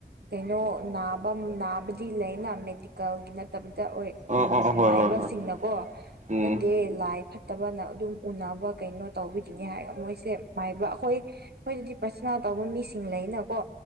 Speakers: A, on the right; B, on the right.
A: ꯀꯩꯅꯣ ꯅꯥ ꯅꯥꯕꯗꯤ ꯂꯩꯅ ꯃꯦꯗꯤꯀꯦꯜꯒꯤ ꯅꯠꯇꯕꯤꯗ ꯑꯣꯏ
B: ꯑꯥ ꯑꯥ ꯍꯣꯏ
A: ꯃꯥꯏꯕꯁꯤꯡꯅꯀꯣ
B: ꯍꯣꯏ ꯍꯣꯏ ꯎꯝ
A: ꯅꯠꯇꯦ ꯂꯥꯏ ꯐꯠꯇꯕꯅ ꯑꯗꯨꯝ ꯎꯅꯕ ꯀꯩꯅꯣ ꯇꯧꯕꯤꯗꯨꯅꯤ ꯍꯥꯏꯔꯒ ꯃꯣꯏꯁꯦ ꯃꯥꯏꯕ ꯑꯩꯈꯣꯏ ꯑꯩꯈꯣꯏꯗꯗꯤ ꯄ꯭ꯔꯁꯅꯥ ꯇꯧꯕ ꯃꯤꯁꯤꯡ ꯂꯩꯅꯀꯣ